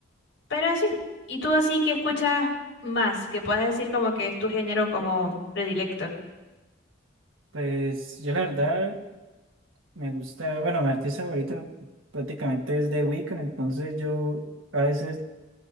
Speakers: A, on the left; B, on the right.
A: Pero sí, ¿y tú así que escuchas más? Que puedas decir como que es tu género como predilecto.
B: Pues yo la verdad. Me gusta, bueno, mi artista favorito prácticamente es The Weeknd, entonces yo a veces